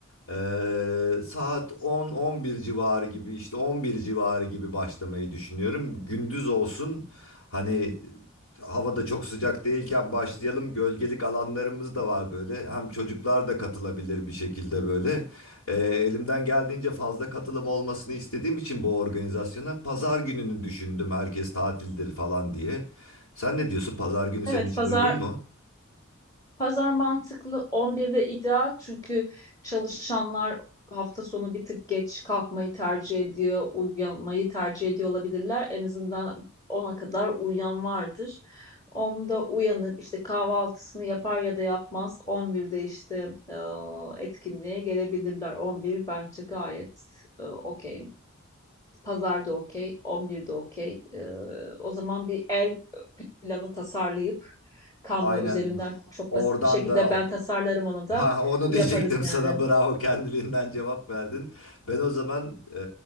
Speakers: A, on the left; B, on the left.
A: e, saat 10-11 civarı gibi işte 11 civarı gibi başlamayı düşünüyorum. Gündüz olsun hani Havada çok sıcak değilken başlayalım. Gölgelik alanlarımız da var böyle. Hem çocuklar da katılabilir bir şekilde böyle. Ee, elimden geldiğince fazla katılım olmasını istediğim için bu organizasyona pazar gününü düşündüm. Herkes tatildir falan diye. Sen ne diyorsun? Pazar günü
B: Evet,
A: senin için
B: pazar
A: uygun mu?
B: Pazar mantıklı 11'de ideal çünkü çalışanlar hafta sonu bir tık geç kalkmayı tercih ediyor, uyanmayı tercih ediyor olabilirler. En azından ona kadar uyuyan vardır. 10'da uyanıp işte kahvaltısını yapar ya da yapmaz. 11'de işte e, etkinliğe gelebilirler. 11 bence gayet e, okey. Pazarda okey, 11'de okey. E, o zaman bir el planı tasarlayıp Canva
A: Aynen
B: üzerinden çok
A: oradan
B: basit bir şekilde
A: da
B: ben tasarlarım onu da
A: Ha onu
B: yaparız
A: diyecektim
B: yani.
A: sana bravo kendiliğinden cevap verdin. Ben o zaman e,